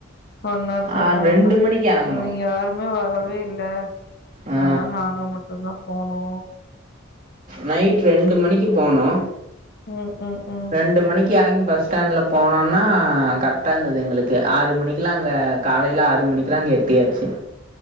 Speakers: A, on the left (about 50°); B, on the right (about 40°).
A: சொன்னாரு சொன்னாரு
B: ஆ ரெண்டு
A: உன்ன
B: மணிக்கு எறங்குனோ
A: இனி யாரு இன்னு வரவே இல்ல
B: ஆ
A: அதுனால நாங்க மட்டுந்தா போனோ
B: நைட் ரெண்டு மணிக்கு போனோ
A: ம் ம் ம்
B: ரெண்டு மணிக்கி எறங்கி பஸ் ஸ்டாண்ட்ல போனோன்னா கர்க்ட்டா இருந்துது எங்களுக்கு ஆறு மணிக்கெல்லா அங்க காலைல ஆறு மணிக்குலா அங்க எற்டியாச்சி